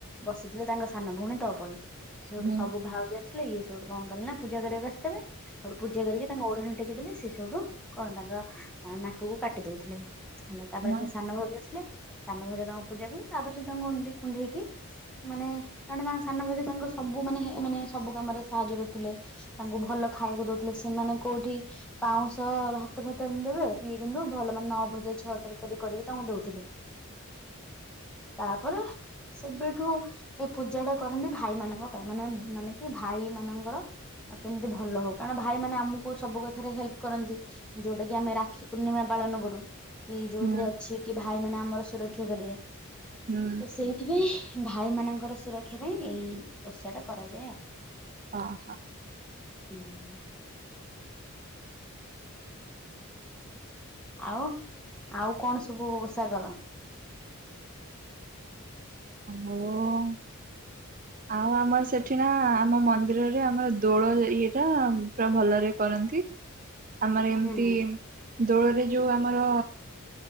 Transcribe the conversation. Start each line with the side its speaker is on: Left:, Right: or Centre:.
Centre: ବସିଥିଲେ ତାଙ୍କ ସାନ ଭଉଣୀ ତଅପୋଇ ସେ ସେଠୁ
Right: ହୁଁ
Centre: ସବୁ ଭାଉଜ ଆ ଲେ ଇଏ ସେଠୁ କଣ କଲେ ନା ପୂଜା କରିବାକୁ ଆସିଥିବେ ଏଠୁ ପୂଜା କରିକି ଓଢ଼ଣା ଟେକି ଦେଲେ ସେ ସେଠୁ କଣ ତାଙ୍କ ନାକକୁ କାଟି ଦଉଥିଲେ। ହେଲା ତାପରେ
Right: ହଁ
Centre: ଯେତେଳେ ସାନ ଭାଉଜ ଆସିଲେ ସାନ ଭାଉଜ ତାଙ୍କୁ ପୂଜା କଲେ ତାପରେ ସେ ତାଙ୍କୁ ଏମିତି କୁଣ୍ଢେଇକି ମାନେ କାରଣ ତାଙ୍କ ସାନ ଭାଉଜ ତାଙ୍କର ସବୁ ମାନେ ମାନେ ସବୁ କାମରେ ସାହାଯ୍ୟ କରୁଥିଲେ। ତାଙ୍କୁ ଭଲ ଖାଇବାକୁ ଦଉଥିଲେ। ସେମାନେ କୋଉଠି ପାଉଁଶ ଭାତ ଫାତ ଦେବେ ଇଏ କିନ୍ତୁ ଭଲ ମାନେ ନ ଭଜା ଛଅ ତରକାରୀ କରିକି ତାଙ୍କୁ ଦଉଥିଲେ। ତାପରେ ସେବେଠୁ ଏଇ ପୂଜା ଟା କରନ୍ତି ଭାଇ ମାନଙ୍କ ପାଇଁ ମାନେ ମାନେ କି ଭାଇ ମାନଙ୍କର ଆଉ କେମିତି ଭଲ ହଉ କାରଣ ଭାଇ ମାନେ ଆମକୁ କୁ ସବୁ କଥାରେ ହେଲ୍ପ କରନ୍ତି ଯୋଉଟା କି ଆମେ ରାକ୍ଷୀ ପୂର୍ଣ୍ଣିମା ପାଳନ କରୁ। କି ଯୋଉଥିରେ
Right: ହୁଁ
Centre: ଅଛି କି ଭାଇ ମାନ ଆମର ସୁରକ୍ଷା କରିବେ।
Right: ହୁଁ
Centre: ତ ସେଇ ଏଥିପାଇଁ ଭାଇ ମାନଙ୍କର ସୁରକ୍ଷା ପାଇଁ ଏଇ ଓଷା ଟା କରାଯାଏ ଆଉ।
Right: ଓହୋ।
Centre: ହୁଁ। ଆଉ ଆଉ କଣ ସବୁ ଓଷା କର?
Right: <unintelligible> ଆଉ ଆମର ସେଠି ନା ଆମ ମନ୍ଦିରରେ ଆମର ଦୋଳ ଇଏଟା ପୁରା ଭଲରେ କରନ୍ତି।
Centre: <unintelligible>
Right: ଆମର ଏମିତି
Centre: ହୁଁ
Right: ଦୋଳରେ ଯୋଉ ଆମର